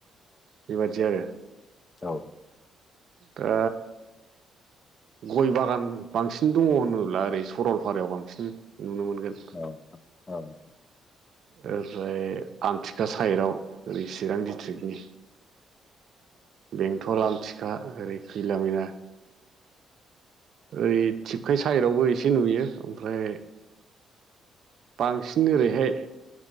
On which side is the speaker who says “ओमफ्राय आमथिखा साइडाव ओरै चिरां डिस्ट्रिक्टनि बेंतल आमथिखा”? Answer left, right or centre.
Right